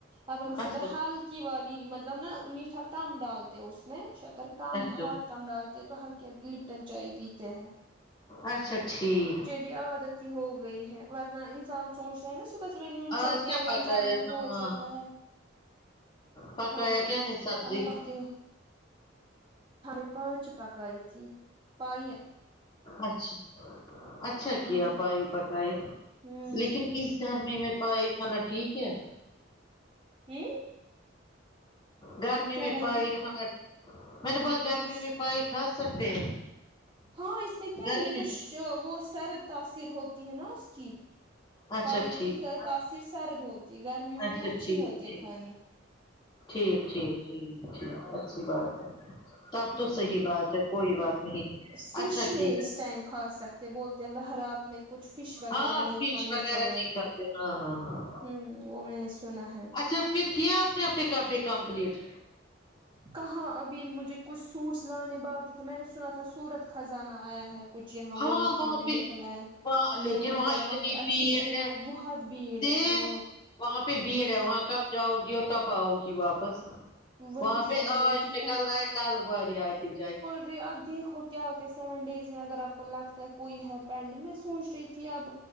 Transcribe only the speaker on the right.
اب ہم صبح
ہلکی والی مطلب نا میٹھا کم ڈالتے اس میں شکر کم
بہت کم ڈالتے ہے تو ہلکی ہلکی لپٹن چائے پیتے ہیں
ابھی عادت سی ہو گئی ہے ورنہ انسان سوچتے ہیں نا صبح میں یوں
چاہتی
ہے کے
انسان
ہو جاتا ہے
ہاں
اب کرتی ہوں ہم نے پانچ پکائی تھی پائیا
ہوں
ہوں
ئی
بول
رہے
اس
ہاں اس میں کیا
ہے یہ تو شو وہ سرد تاثیر ہوتی ہے نا اس کی
پائیوں
کی ت تاثیر سرد ہوتی گرمیوں
میں اچھی
ہوتی ہے
کھانے
ہوں
فش
نہیں اس ٹائم کھا سکتے بولتے ہیں وہ رات میں کچھ فش وغیرہ
نہیں
کھانی
چاہیے
ہوں وہ میں نے سنا ہے
کہاں ابھی مجھے کچھ سوٹس لانے باقی تھے میں نے سنا تھا سورت خزانہ آیا ہے کچھ یہاں
گونی خان
میں
نکلا ہے
میں نے بولا
وہاں پہ
اچھی سیل
بہت بھیڑ
ہے ہاں
وہی
سوچ
رہی تھی
ارے اب دیکھو کیا کیا سیون ڈیز میں اگر آپ کو لگتا ہے کوئی ہے پینڈنگ میں سوچ رہی تھی اب